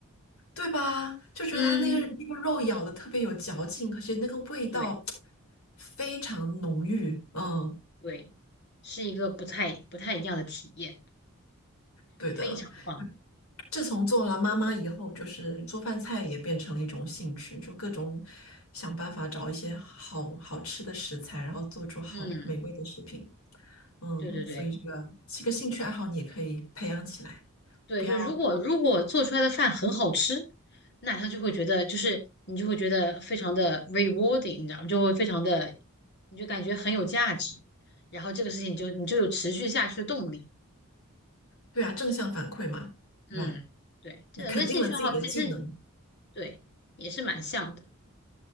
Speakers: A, on the left; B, on the left.
A: 对吧？就觉得它那个那个肉咬的特别有嚼劲，
B: 嗯，
A: 而且那个味道
B: 对
A: 非常浓郁。嗯，
B: 对，是一个不太不太一样的体验，
A: 对的。
B: 非常棒。
A: 自从做了妈妈以后，就是做饭菜也变成了一种兴趣，就各种想办法找一些好好吃的食材，然后做出好美味的食品。
B: 嗯，
A: 嗯，
B: 对对对。
A: 所以这个这个兴趣爱好你也可以培养起来，
B: 对，
A: 不要，
B: 就如果如果做出来的饭很好吃，那他就会觉得，就是你就会觉得非常的 rewarding，你知道吗？就会非常的，你就感觉很有价值，然后这个事情就你就有持续下去的动力。
A: 对啊，正向反馈嘛，
B: 嗯，
A: 对吧？
B: 对，这个跟兴趣爱好其实
A: 你肯定了自己的技能。
B: 对也是蛮像的。